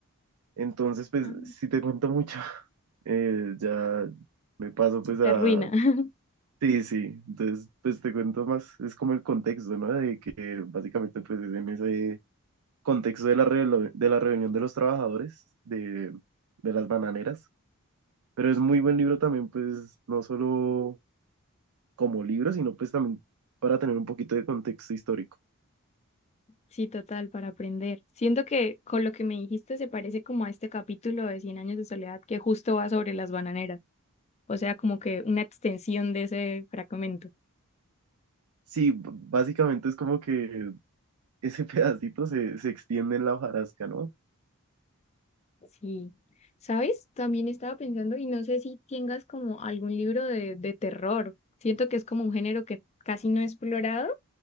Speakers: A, on the right (about 85°); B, on the left (about 30°).
A: Entonces, pues
B: Ah,
A: si te cuento mucho, <laughs> eh, ya me paso pues
B: se
A: a...
B: arruina. <laughs>
A: Sí, sí, entonces pues te cuento más, es como el contexto, ¿no? De que básicamente pues es en ese, contexto de la, relo- de la reunión de los trabajadores de, de las bananeras. Pero es muy buen libro también, pues no solo como libro, sino pues también para tener un poquito de contexto histórico.
B: Sí, total, para aprender. Siento que con lo que me dijiste se parece como a este capítulo de Cien años de soledad que justo va sobre las bananeras, o sea, como que una extensión de ese fragmento.
A: Sí, b- básicamente es como que ese <laughs> pedacito se, se extiende en la hojarasca, ¿no?
B: Sí, ¿sabes? También estaba pensando y no sé si tengas como algún libro de, de terror. Siento que es como un género que casi no he explorado